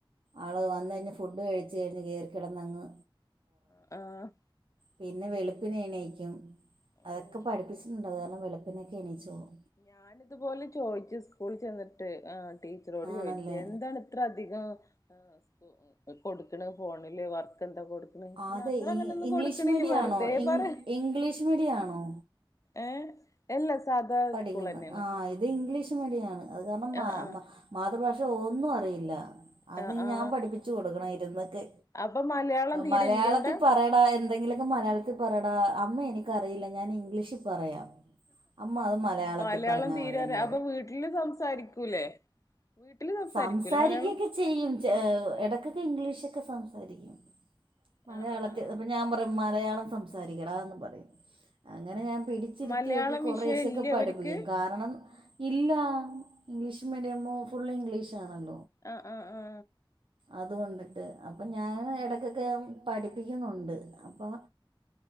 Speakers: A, on the right; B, on the left.
A: ആള് വന്ന് ന്നാ ഫുഡ് കഴിച്ച്ച് കഴിഞ്ഞ് കറിടന്നങ്ങ്
B: ആ
A: പിന്നെ വെളുപ്പിനെ എണീക്കും അതൊക്കെ
B: ഉം
A: പഠിപ്പിച്ചിട്ടുണ്ട് അത് കാരണം വെളുപ്പിനൊക്കെ എണീച്ചോളും
B: ഞാാനിതുപോലെ ചോദിച്ചു സ്കൂള് ചെന്നിട്ട് ആ ടീച്ചറോട്
A: ആണല്ലേ
B: ചോദിച്ചു എന്താണ് ഇത്ര അധികം ആ കൊടുക്കണ ഫോണില് വർക്ക് കൊടുക്കണ്
A: അ അതെ
B: ഞങ്ങള് അങ്ങനൊന്നും
A: ഇംഗ്ലീഷ്
B: കൊടുക്കണില്ല
A: മീഡിയം
B: വെറുതെ
A: ആണോ ഇ
B: പറ
A: ഇംഗ്ലീഷ് മീഡിയം ആണോ
B: ഏ എല്ലാ സാധാ
A: പഠിക്കുന്ന
B: സ്കൂൾ തന്നെയാണ്
A: ആ ഇത് ഇംഗ്ലീഷ് മീഡിയണ് അത് കാരണം
B: ആ ആ
A: മാതൃഭാഷ പക്ഷെ ഒന്നും അറിയില്ല അത്
B: ആ ആ
A: ഞാൻ പഠിപ്പിച്ചച്ച് കൊടുക്കണ ഇരുന്ന്
B: അപ്പൊ മലയാളം തീരെല്ലേ
A: മലയാളത്തിൽ
B: അവിടെ
A: പറയടാ എന്തെങ്കിലുമൊക്കെ മലയാളത്തിൽ പറ അമ്മ എനിക്കറിയില്ല ഞാൻ ഇംഗ്ലീഷിൽ പറയാം അമ്മ അത് മലയാളത്തിൽ
B: മലയാളം
A: പറഞ്ഞാൽ
B: തീര
A: മതി എന്ന്
B: അപ്പൊ വീട്ടില് സംസാരിക്കൂലേ വീട്ടില് സംസാരിക്കൂലേ
A: സംസാരിക്കുകൊക്കെ
B: മലയാളം
A: ചെയ്യും ഇടക്കൊക്കെ ഇംഗ്ലീഷ് ഒക്കെ സംസാരിക്കും മലയാളത്തിൽ
B: ആ ആ ആ
A: അപ്പോ ഞാൻ പറയും മല മലയാളം സംസാരിക്കടാ ന്ന് പറയും അങ്ങനെ ഞാൻ പിടിച്ചിരുത്തികെ
B: മലയാളം വിഷയം
A: ശക്കെ
B: ഇല്ലേ
A: പഠിപ്പിക്കും
B: അവർക്ക്
A: കാരണം ഇല്ല ഇംഗ്ലീഷ് മീഡിയമോ ഫുൾ ഇംഗ്ലീഷ് ആണല്ല
B: ആ ആ ആ
A: അതുകൊണ്ടിട്ട് അപ്പം ഞാൻ ഇടക്കൊക്കെ പഠിപ്പിക്കുന്നുണ്ട് അപ്പൊ